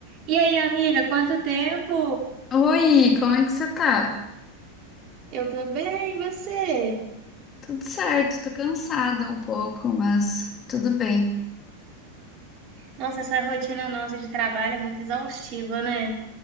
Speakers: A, on the right (about 40°); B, on the left (about 25°).
A: E aí, amiga, quanto tempo?
B: Oi, como é que você tá?
A: Eu tô bem, e você?
B: Tudo certo, tô cansada um pouco, mas tudo bem.
A: Nossa, essa rotina nossa de trabalho é muito exaustiva, né?